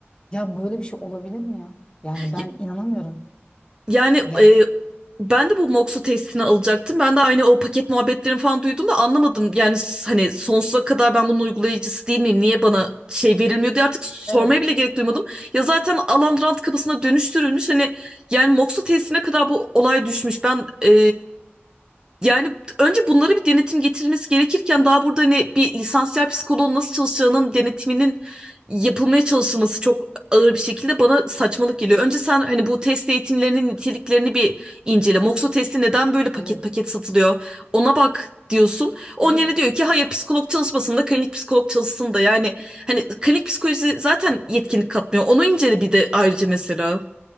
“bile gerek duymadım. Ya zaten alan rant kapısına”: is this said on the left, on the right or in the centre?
Right